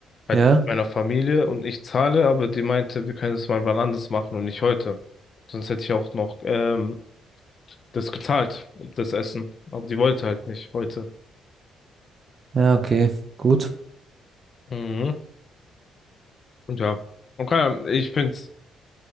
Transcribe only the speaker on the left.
Halt
mit meiner Familie und ich zahle, aber die meinte, wir können es mal wann anders machen und nicht heute. Sonst hätte ich auch noch ähm, das gezahlt, das Essen. Aber die wollte halt nicht heute.
Mhm. Und ja. Okay, ich find's